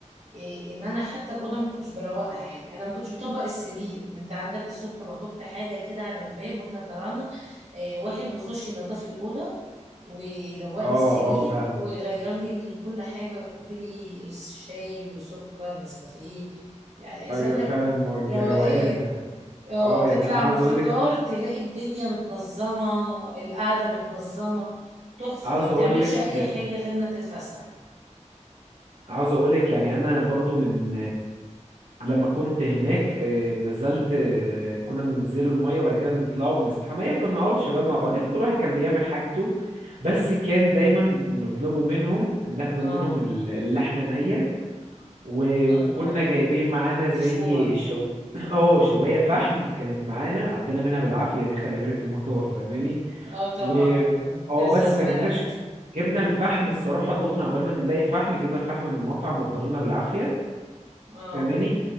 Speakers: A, on the right; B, on the right.
A: إيه ان انا حتى الاوضه ما كنتش بروقها يعني انا ما كنتش بطبق السرير انت عندك الصبح بحط حاجه كده على الباب واحنا طلعنا إيه واحد بيخش ينظف لي الاوضه ويروق
B: اه
A: لي السرير
B: اه فعلا
A: ويغير لي كل حاجه ويحط لي شاي وسكر نسكافيه يعني عايزه
B: ايوه
A: اقول لك
B: فعلا ما هو الجروقان
A: روقان
B: ده
A: اه
B: اه
A: تطلع
B: يعني انا عاوز
A: من الفطار
B: اقولك
A: تلاقي الدنيا متنظمه القعده متنظمه تحفه
B: عاوز
A: ما بتعملش
B: اقولك
A: اي حاجه غير انك تتفسح
B: عاوز اقولك يعني انا برضو من لما كنت هناك آه، نزلت آه، كنا بننزلوا المية وبعد كده بنطلعوا بنستحمى هي كنا اه شباب مع بعضين كل واحد كان بيعمل حاجته بس كان دايما نطلبوا منهم ناخدوا
A: اه
B: منهم ال- اللحمة نية و-
A: الله
B: وكنا جايبين معانا زي
A: تشوها
B: شو <coughs> <clears throat> اه شواية فحم كانت معانا عدينا منها بالعافية دي خلي بالك في المطار فاهماني
A: اه طبعا
B: و
A: انا كنت
B: اه
A: لسه
B: بس
A: اسالك
B: ما جبناش جبنا الفحم الصراحة دخنا عقبال ما نلاقي فحم جبنا الفحم من المطعم واداهولنا بالعافية
A: اه
B: فاهماني